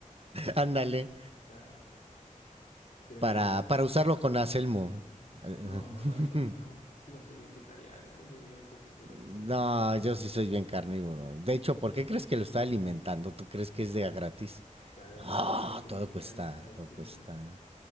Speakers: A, on the right; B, on the left.
A: ándale,
B: claro. Tírame
A: para,
B: vos a ver.
A: para usarlo con acelmo. <laughs>
B: No, no, con Anselmo no. Encima soy vegetariano, no me digas eso por
A: No,
B: Anselmo.
A: yo sí soy bien carnívoro. De hecho, ¿por qué crees que lo está alimentando? ¿Tú crees que es de a gratis?
B: Claro,
A: Ah,
B: tiene que, tiene
A: todo
B: que llegar
A: cuesta,
B: bien para diciembre,
A: todo cuesta.
B: ¿no?